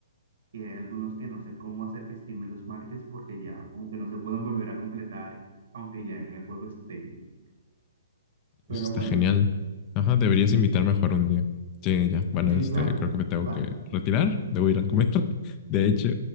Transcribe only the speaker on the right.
y hay algunos que no sé cómo hacer que Steam me los marques porque ya como que no se pueden volver a completar aunque ya en el juego estén. Pero
bueno,
sí,
sí,
claro.
O sea,